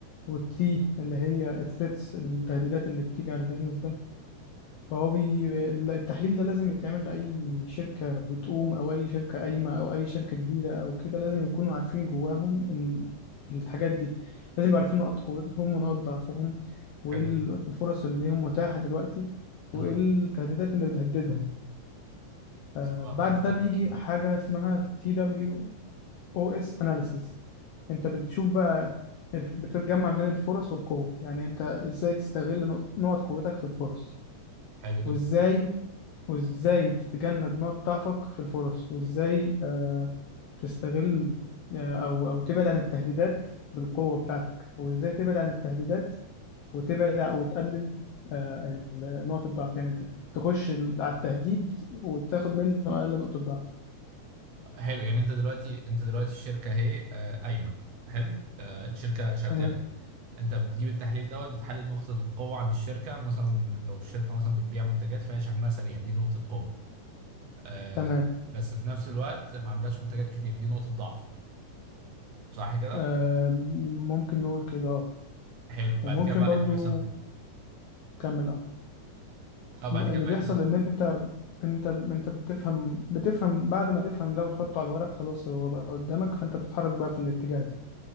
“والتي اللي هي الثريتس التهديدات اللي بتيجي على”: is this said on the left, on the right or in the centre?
Left